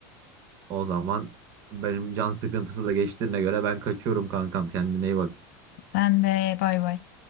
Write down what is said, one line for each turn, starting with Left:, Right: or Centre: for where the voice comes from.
Right: O zaman benim can sıkıntısı da geçtiğine göre ben kaçıyorum kankam kendine iyi bak.
Left: Sen de bay bay.